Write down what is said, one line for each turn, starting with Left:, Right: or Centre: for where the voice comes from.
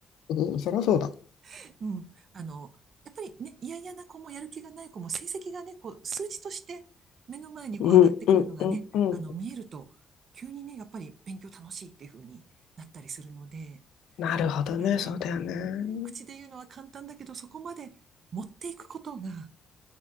Left: に。うん、そりゃそうだ。
Right: <laughs> うん。あの、やっぱりね、嫌々な子もやる気がない子も、成績がね、こう、数値として目の前にこう上がってくるのがね、
Left: うん、うん、うん、うん。
Right: あの、見えると、急にね、やっぱり勉強楽しいっていう風になったりするので、
Left: なるほどね。
Right: ただね、
Left: そうだよね。
Right: 口で言うのは簡単だけど、そこまで持っていくことが、